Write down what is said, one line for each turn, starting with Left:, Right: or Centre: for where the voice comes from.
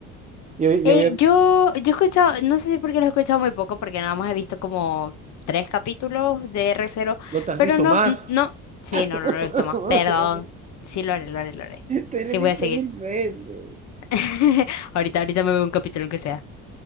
Right: Yo, yo,
Left: Eh, yo, yo he escuchado, no sé si porque lo he escuchado muy poco, porque nada más he visto como tres capítulos de r cero
Right: ¿no te has
Left: pero
Right: visto
Left: no,
Right: más?
Left: n- no,
Right: <laughs>
Left: sí, no, no lo he visto más, perdón, sí lo haré, lo haré, lo haré,
Right: Te
Left: sí
Right: lo he dicho
Left: voy a seguir,
Right: mil veces.
Left: <laughs> ahorita, ahorita me veo un capítulo aunque sea,